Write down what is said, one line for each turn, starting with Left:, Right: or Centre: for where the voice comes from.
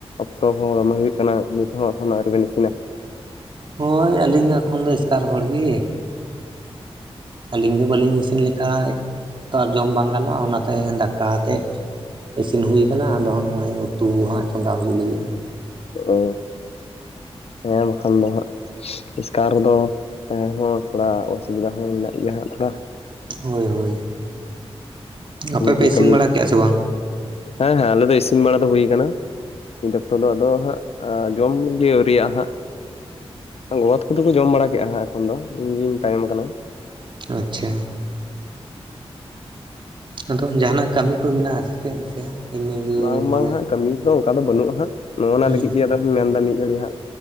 Left: ᱚᱠᱛᱚ ᱦᱚᱸ ᱮᱢ ᱦᱩᱭᱩᱜ ᱠᱟᱱᱟ ᱱᱤᱛ ᱦᱚᱸ ᱮᱠᱷᱚᱱᱚ ᱟᱹᱣᱨᱤ ᱵᱮᱱ ᱤᱥᱤᱱᱟ᱾
Right: ᱦᱳᱭ ᱟᱹᱞᱤᱧ ᱫᱚ ᱮᱠᱷᱚᱱ ᱫᱚ ᱮᱥᱠᱟᱨ ᱦᱚᱲ ᱜᱮ᱾ ᱟᱹᱞᱤᱧ ᱜᱮ ᱵᱟᱹᱞᱤᱧ ᱤᱥᱤᱱ ᱞᱮᱠᱷᱟᱡ ᱛᱚ ᱟᱨ ᱡᱚᱢ ᱵᱟᱝ ᱜᱟᱱᱚᱜᱼᱟ ᱚᱱᱟᱛᱮ ᱫᱟᱠᱟ ᱛᱮᱫ ᱤᱥᱤᱱ ᱦᱩᱭ ᱠᱟᱱᱟ, ᱟᱫᱚ ᱦᱟᱸᱜ ᱱᱚᱜᱼᱚᱭ ᱩᱛᱩ ᱦᱟᱸᱜ ᱪᱚᱸᱫᱟ ᱦᱤᱡᱩᱜ ᱞᱟᱹᱜᱤᱫ ᱦᱟᱸᱜ᱾
Left: ᱚ, ᱦᱮᱸ ᱵᱟᱠᱷᱟᱱ ᱫᱚ ᱦᱟᱸᱜ᱾ ᱮᱥᱠᱟᱨ ᱨᱮᱫᱚ ᱛᱟᱦᱮᱸ ᱦᱚᱸ ᱛᱷᱚᱲᱟ ᱚᱥᱩᱵᱤᱫᱟ ᱦᱚᱸ ᱢᱮᱱᱟᱜ ᱜᱮᱭᱟ ᱦᱟᱸᱜ ᱛᱷᱚᱲᱟ᱾
Right: ᱦᱳᱭ ᱦᱳᱭ᱾ ᱟᱯᱮ
Left: ᱱᱤᱡᱮ
Right: ᱯᱮ ᱤᱥᱤᱱ
Left: ᱠᱟᱹᱢᱤ,
Right: ᱵᱟᱲᱟ ᱠᱮᱜᱼᱟ ᱥᱮ ᱵᱟᱝ
Left: ᱦᱮᱸ ᱦᱮᱸ ᱟᱞᱮ ᱫᱚ ᱤᱥᱤᱱ ᱵᱟᱲᱟ ᱫᱚ ᱦᱩᱭᱩ ᱠᱟᱱᱟ᱾ ᱱᱤᱛ ᱚᱠᱛᱚ ᱫᱚ ᱟᱫᱚ ᱦᱟᱸᱜ ᱟ ᱡᱚᱢ ᱜᱮ ᱟᱹᱣᱨᱤᱭᱟᱜ-ᱟ ᱦᱟᱸᱜ᱾ ᱜᱚᱜᱚ <inaudible> ᱫᱚᱠᱚ ᱡᱚᱢ ᱵᱟᱲᱟ ᱠᱮ-ᱟ ᱦᱟᱸᱜ ᱮᱠᱷᱚᱱ ᱫᱚ ᱤᱧᱜᱤᱧ ᱛᱟᱭᱚᱢ ᱟᱠᱟᱱᱟ᱾
Right: ᱟᱪᱪᱷᱟ᱾ ᱟᱫᱚ ᱡᱟᱦᱟᱱᱟᱜ ᱠᱟᱢᱤ ᱠᱚ ᱢᱮᱱᱟᱜᱼᱟ ᱥᱮ ᱪᱮᱫ ᱥᱮ? ᱮᱢᱱᱤ ᱜᱮ
Left: ᱵᱟᱝ -ᱵᱟᱝ
Right: ᱵᱚᱞᱮ
Left: ᱦᱟᱸᱜ ᱠᱟᱢᱤ ᱫᱚ ᱚᱱᱠᱟ ᱫᱚ ᱵᱟᱹᱱᱩᱜᱼᱟ ᱦᱟᱸᱜ ᱱᱚᱜᱱᱟ
Right: ᱦᱩᱸ
Left: ᱞᱟᱹᱜᱤᱫ ᱜᱮ ᱟᱫᱧ ᱢᱮᱱ ᱫᱟ ᱢᱤᱫ ᱜᱷᱟᱹᱲᱤᱡ ᱦᱟᱸᱜ